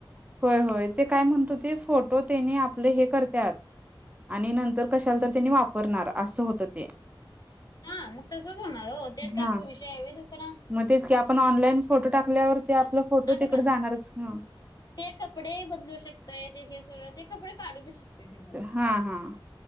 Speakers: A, on the right; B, on the left.
A: होय होय, ते काय म्हणत होते फोटो त्यांनी आपले हे करत्यात. आणि नंतर कशाला तरी त्यांनी वापरणार असं होतं ते.
B: हा मग तसंच होणार ओ, त्यात काय
A: हा
B: मग विषय हाय व्हय दुसरा.
A: मग तेच की आपण ऑनलाईन फोटो टाकल्यावर ते आपला फोटो
B: आ बघा
A: तिकड जाणारच ना.
B: ते कपडे बदलू शकतय ते हे सगळं ते कपडे काढू बी शकतय त्याच्यावर न
A: हा हा